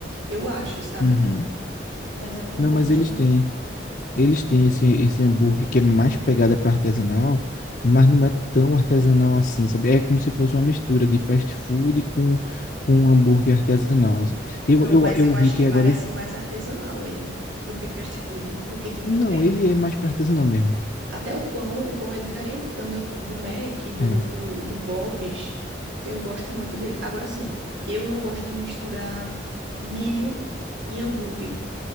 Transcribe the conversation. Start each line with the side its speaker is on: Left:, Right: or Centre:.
Right: Eu acho, sabe?
Left: Uhum.
Right: Mas eu não
Left: Não,
Right: gosto.
Left: mas eles têm. Eles têm esse, esse hambúrguer que é mais pegada para artesanal, mas não é tão artesanal assim, sabe? É como se fosse uma mistura de fast food com, com um hambúrguer artesanal. Eu,
Right: Não,
Left: eu,
Right: mas
Left: eu
Right: eu acho
Left: vi que
Right: que parece
Left: agora
Right: mais artesanal ele do que fast food, do que tipo
Left: Não,
Right: um
Left: ele é mais pra artesanal mesmo.
Right: Até o pão, o pão é diferente também, tipo do Mac, do,
Left: É.
Right: do, do Bob's. Eu gosto muito dele. Agora sim, eu não gosto de misturar milho e hambúrguer,